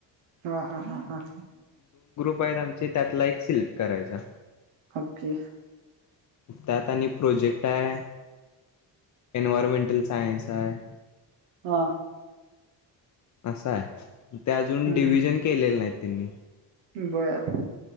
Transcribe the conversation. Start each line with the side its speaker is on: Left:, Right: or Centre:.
Right: हा, हा.
Left: पहिल्या मधला एक सिलेक्ट करायचा.
Right: ओके.
Left: त्यात आणि प्रोजेक्ट हाय. एनवोरमेंटल सायंस हाय.
Right: हा
Left: असं हाय, ते अजून
Right: हम्म
Left: डिव्हजन केलेले नाहीत त्यांनी.
Right: <unintelligible> <inaudible>